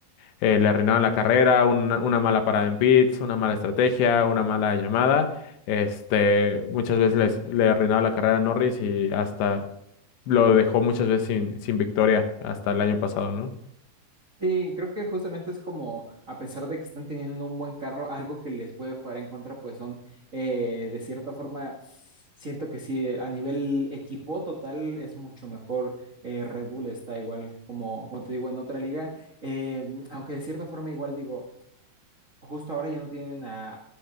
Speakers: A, on the left; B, on the right.
A: eh, le arruinaron la carrera, una, una mala parada en pits, una mala estrategia, una mala llamada. Este, muchas veces les- le arruinaba la carrera a Norris y hasta lo dejó muchas veces sin, sin victoria hasta el año pasado, ¿no?
B: Sí, creo que justamente es como, a pesar de que están teniendo un buen carro, algo que les puede jugar en contra, pues son, eh, de cierta forma, siento que sí, a nivel equipo total es mucho mejor. eh, Red Bull está igual, como, como te digo, en otra liga, eh, aunque de cierta forma igual digo, justo ahora ya no tienen a,